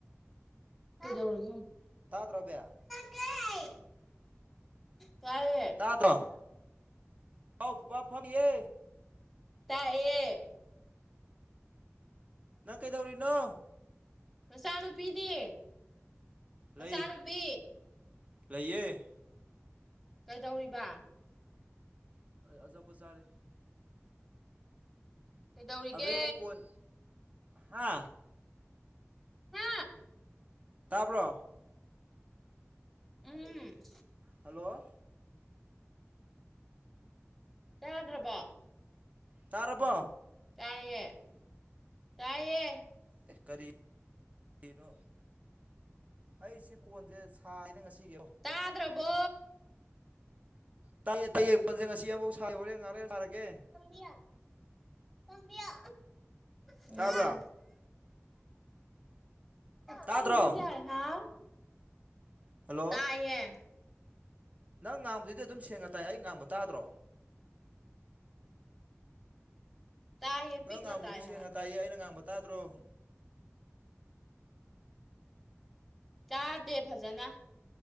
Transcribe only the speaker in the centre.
ꯀꯩꯗꯧꯔꯒꯦ ꯍꯪꯉꯨ꯫
ꯇꯌꯦ ꯇꯥꯌꯦ꯫
ꯇꯌꯦ꯫
ꯅꯆꯥꯅꯨꯄꯤꯗꯤ ꯅꯆꯥꯅꯨꯄꯤ꯫
ꯀꯩꯗꯧꯔꯤꯕ꯫
ꯀꯩꯗꯧꯔꯤꯒꯦ
ꯍꯥ꯫
ꯎꯝ꯫
ꯇꯕꯔꯕ
ꯇꯌꯦ ꯇꯌꯦ꯫
ꯇꯥꯗ꯭ꯔꯕꯣ꯫
ꯄꯥꯝꯕꯤꯌꯣ ꯄꯥꯝꯕꯤꯌꯣ ꯎꯝ꯫
ꯄꯥꯝꯗꯔꯁꯨ ꯌꯥꯔꯦ ꯍꯥꯎ
ꯇꯥꯌꯦ꯫
ꯇꯥꯏꯌꯦ
ꯄꯤꯛꯅ
ꯇꯥꯏ
ꯍꯥꯏꯕ
ꯇꯥꯗꯦ ꯐꯖꯅ꯫